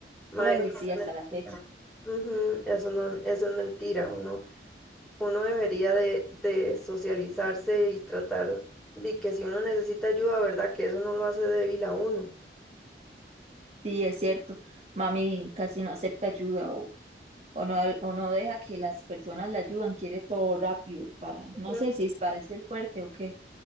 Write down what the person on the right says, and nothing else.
Uy,
sí, hasta
la
fecha.
Sí, es cierto. Mami casi no acepta ayuda o, o no, o no deja que las personas la ayudan, quiere todo rápido para,
no sé si es para ser fuerte o qué.